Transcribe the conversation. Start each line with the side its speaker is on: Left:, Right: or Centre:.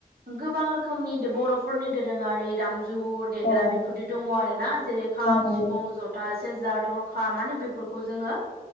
Right: गोबां रोखोमनि बर'फोरनि दोरोङारि दाम जु देग्रा
Left: औ
Right: बेफोरदि दङ आरो ना जेरै खाम
Left: औ नंगौ
Right: सिफुं जथा सेरजा थरखा माने बेफोरखौ जोङो।